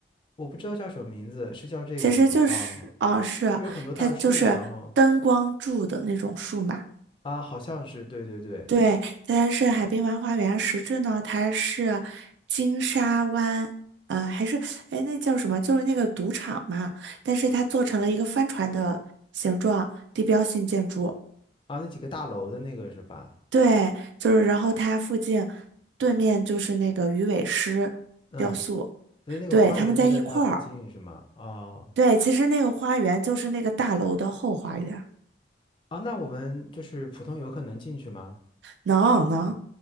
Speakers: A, on the left (about 30°); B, on the right (about 80°).
A: 我不知道叫什么名字，是叫这个是吗？
B: 其实就是哦，
A: 啊，
B: 是啊它就是灯光柱的那种树嘛。
A: 有很多大树，然后啊，好像是对对对，
B: 对，它是海滨玩花园，实质呢，它是金沙湾，呃，还是哎那叫什么？就是那个赌场嘛，但是它做成了一个帆船的形状，地标性建筑。
A: 啊，那几个大楼的那个是吧？
B: 对，就是然后它附近对面就是那个鱼尾狮雕塑，
A: 嗯，所以那个花园就在它附近是吗？
B: 对，他们在一块儿。
A: 哦，
B: 对，其实那个花园就是那个大楼的后花园。
A: 啊，那我们就是普通游客能进去吗？
B: 能能，